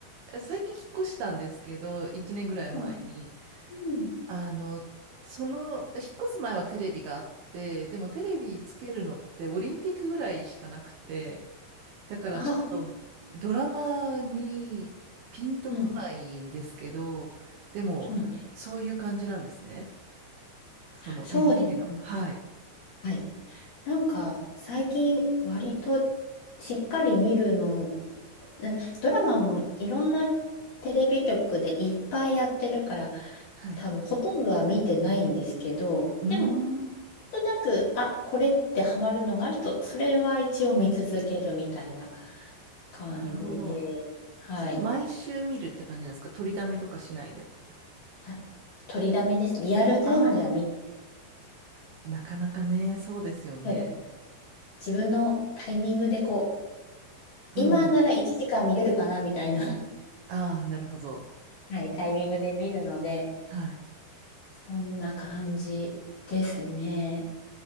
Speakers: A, on the right; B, on the left.
A: 最近引っ越したんですけど、1年ぐらい前に。
B: うん。うん
A: あの、その、引っ越す前はテレビがあって、でもテレビつけるのってオリンピックぐらいしかなくて、だからちょっとドラマにピンとこないんですけど、
B: あ、うん。
A: でもそういう感じなんですね。
B: そうなんです。
A: その
B: そうですね。
A: NHK の。はい。
B: はい。なんか最近割としっかり見るの、うんドラマもいろんなテレビ局でいっぱいやってるから
A: はい。
B: 多分ほとんどは見てないんですけど、
A: うー
B: でも
A: ん。
B: なんとなく、あ、これってハマるのがあると、それは一応見続けるみたいな感じで、
A: なるほど。
B: はい。
A: それ毎週見るって感じなんですか取りだめとかしないで。
B: あ、取りだめですね。リアルタイムでは見、
A: ああ。なかなかね、そうですよね。
B: そうですね。自分のタイミングでこう、
A: うん。
B: 今なら1時間見れるかなみたいな
A: ああ、なるほど。
B: はい、タイミングで見るので、
A: はい。
B: そんな感じですね。